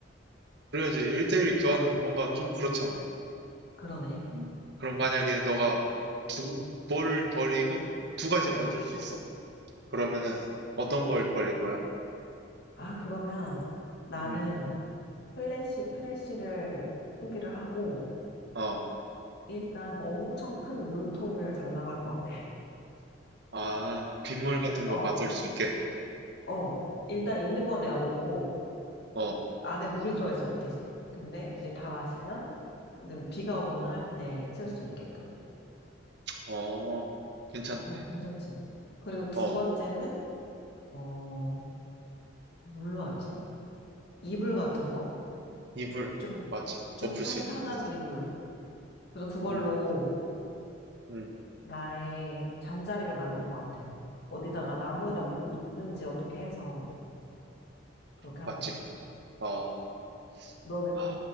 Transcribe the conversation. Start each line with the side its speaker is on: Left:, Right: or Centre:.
Right: 그래야지 1대1 교환은 뭔가 좀 그렇잖아.
Left: 그러네.
Right: 음, 그럼 만약에 너가 두, 뭘 버리고 두 가지를 얻을 수 있어. 그러면은 어떤 걸 버릴 거야?
Left: 아, 그러면 나는
Right: 음,
Left: 플래시, 프레쉬를 포기를 하고,
Right: 어,
Left: 일단 엄청 큰 물통을 달라고 할 것 같아.
Right: 아, 빗물
Left: <laughs>
Right: 같은 거
Left: 어,
Right: 받을 수 있게.
Left: 어. 일단 있는 건 내가 먹고,
Right: 어,
Left: 안에 물이 들어있어야 돼, 대신에. 근데 이제 다 마시면, 이제 비가 오거나 할 때 쓸 수 있게끔.
Right: 어, 괜찮네.
Left: 어, 괜찮지. 그리고 두
Right: 어,
Left: 번째는, 어, 뭘로 하지? 이불 같은 거?
Right: 이불,
Left: 좀,
Right: 맞지?
Left: 좀
Right: 덮을
Left: 탄탄한
Right: 수 있는 거.
Left: 이불. 그래서 그걸로
Right: 음, 음,
Left: 나의 잠자리를 만들 것 같아. 어디다가 나무에다 묶든지 어떻게 해서 그렇게
Right: 맞지?
Left: 할 것 같아.
Right: 어,
Left: 너는?
Right: 아,